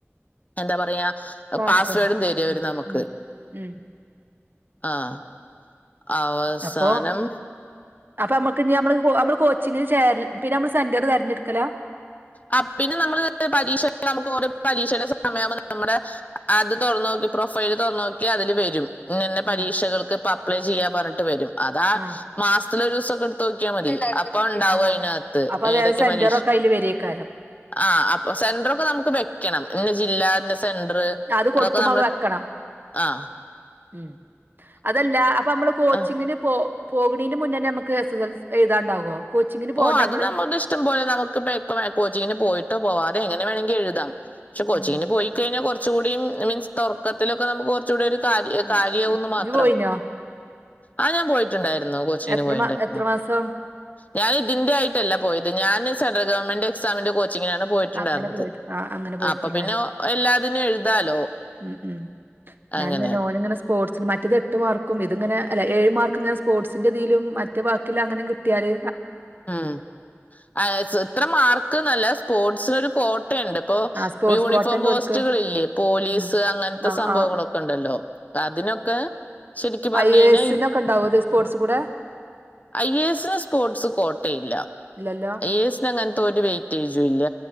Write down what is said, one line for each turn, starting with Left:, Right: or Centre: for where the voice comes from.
Left: എന്താ പറയാ
Right: പാസ്
Left: പാസ്വേഡും
Right: ആണ്
Left: തരും അവര്
Right: ഉം
Left: നമുക്ക്.
Right: ഉം ഉം
Left: ആഹ് അവസാനം
Right: അപ്പൊ അപ്പൊ ഞമ്മക്ക് ഇഞ് നമ്മള് നമ്മള് കോച്ചിങ്ങിന് ചേര് പിന്നെ നമ്മള് സെന്റർ തിരഞ്ഞെട്ക്കലാ
Left: അ പിന്നെ നമ്മള് പരീക്ഷ നമുക്ക് ഓരോ പരീക്ഷയുടെ സമയുമ്പ നമ്മുടെ അത് തൊറന്നോക് പ്രൊഫൈല് തൊർന്ന് നോക്കിയാ അതില് വരും. ഇന്നന്നെ പരീക്ഷകൾക്ക്
Right: ആ
Left: ഇപ്പ അപ്ലൈ ചെയ്യാ പർഞ്ഞിട്ട് വരും. അതാ
Right: ആ
Left: മാസ് ത്തിലോരോസൊക്കെ എടുത്തോക്കിയാ മതി. അപ്പ ണ്ടാവോ
Right: ആ
Left: അയിനത്ത്
Right: അപ്പൊ അത്
Left: ഏതൊക്കെ
Right: ഏത് സെന്ററൊക്കെ
Left: പരീക്ഷ്
Right: അതില് വരേക്കാരം
Left: ആ അപ്പൊ സെന്ററൊക്കെ നമുക്ക് വെക്കണം ഇന്ന ജില്ല ഇന്ന സെന്റർ
Right: അത് കൊടുക്കുമ്പോ
Left: അതൊക്കെ നമ്മള്
Right: വെക്കണം
Left: ആഹ്
Right: ഉം അതല്ല അപ്പൊമ്മള് കോച്ചിങ്ങിന്
Left: ആ
Right: പോ പോക്കണയ്ന്റെ മുന്നേന്നെമക്ക് എസ് സൽ എഴുതാണ്ടാവോ? കോച്ചിങ്ങിന് പോകണ്ട
Left: ഓ അത്
Right: നമ്മള്
Left: നമ്മളുടെ ഇഷ്ടം പോലെ നമുക്ക്പ്പ എപ്പവേ കോച്ചിങ്ങിന് പോയിട്ടോ പോവാതെ എങ്ങനെ വേണങ്കി എഴുതാം ക്ഷെ കൊച്ചിന്
Right: ഉം
Left: പോയി കഴിഞ്ഞാ കൊർചൂടിം മീൻസ് തൊർക്കത്തിലൊക്കെ നമുക് കൊർച്ചുടി ഒരു കാര്യഹ് കാര്യാവുന്ന്
Right: ഉം ഇജ്ജ്
Left: മാത്രം.
Right: പോയിനോ
Left: ആ ഞാൻ പോയി ട്ട്ണ്ടായിര്ന്നു കോച്ചിങ്ന്
Right: എത്ര
Left: പോയിണ്ടായിരുന്നു
Right: മാ എത്ര മാസം
Left: ഞാൻ ഇതിന്റെ ആയിട്ടല്ല പോയത് ഞാന് സെട്രൽ ഗവൺമെന്റ് എക്സാമിന്റെ കോച് ചിങ്ങാണ് പോയിട്ടുണ്ടായിരുന്നത്.
Right: അങ്ങനെ പോയത്. ആ അങ്ങനെ പോയിക്കുല്ലേ.
Left: അപ്പ പിന്നെ ഒ എല്ലാതിനും എഴുതാലോ
Right: ഉം ഉം ഞാന്
Left: അങ്ങനെ
Right: തന്നെ ഓനങ്ങനെസ് പോർട്സിന് മറ്റേത് എട്ട് മാർക്കും ഇതിങ്ങന അല്ല ഏഴ് മാർക് ങ്ങനെ സ്പോർട്സിന്റെതീലും മറ്റെ ബാക്കിള്ള അങ്ങനിം കിട്ട്യാല്
Left: ഉം അഹ് സുത്ര മാർക്ക്ന്നല്ല സ്പോർട്സിനൊരു കോ ട്ട്ണ്ട്. ഇപ്പോ
Right: ആ സ്പോർട്സ്
Left: യൂണിഫോം
Right: ക്വാട്ട ഉണ്ട്
Left: പോസ്റ്റുക്ള്
Right: ഓൽക്ക്.
Left: ഇില്ലേ പോലീസ്
Right: ഉം.
Left: അങ്ങൻത്തെ
Right: ആ,
Left: സംഭവങ്ങളൊക്കെ
Right: ആ,
Left: ണ്ടല്ലോ. അതിനൊക്കെ ശരിക്കും പറഞ്ഞു
Right: ഐ
Left: കഴിഞ്ഞാൽ
Right: എ എസിനൊക്കെണ്ടാഓത് സ്പോർട്സ് കൂടെ
Left: ഐഎസ് സ്പോർട്സ് കോട് ട്ടെയില്ല.
Right: ഇല്ലല്ലോ.
Left: ഐ ഏ സിന് അങ്ങൻത്തെ ഒരു വെയ്റ്റേജും ഇല്ല